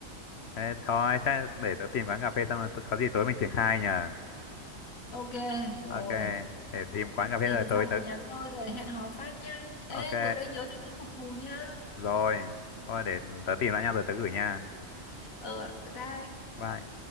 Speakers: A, on the left (about 55°); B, on the left (about 90°).
A: thế thôi thế để tớ tìm quán cà phê xong rồi tớ- có gì tối mình triển khai nhờ
B: ok rồi
A: ok để tìm quán cà phê
B: tìm
A: rồi tối
B: xong
A: tớ
B: là nhắn thôi rồi hẹn hò phát nha ê
A: ok
B: bữa đây nhớ cho tôi phục thù nha
A: rồi thôi để tớ tìm lại nhau rồi tớ gửi nha
B: ờ ta
A: Bye.